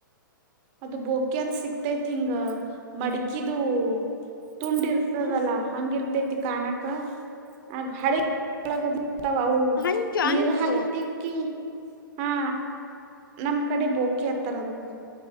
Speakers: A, on the right (about 40°); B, on the left (about 75°).
A: ಅದು ಬೋಕಿ ಅಂದ ಸಿಕ್ತೈತ್ ಹಿಂಗ ಮಡಕಿದು. ತುಂಡ ಇರ್ತದಲ್ಲಾ
B: ಹ್ಮ್
A: ಹಂಗ ಇರ್ತೈತಿ ಕಾಣಕ ಆಗ ಹಳೆಗ <unintelligible> <unintelligible> ವಾ
B: ಹಂಚು
A: ನೀರು
B: ಹಂಚು
A: ಹಗಿತ್ತಿಕ್ಕಿ ಹಾ. ನಮ್ ಕಡೆ ಬೋಕಿ ಹತ್ತಾರ ಅದಕ್ಕ.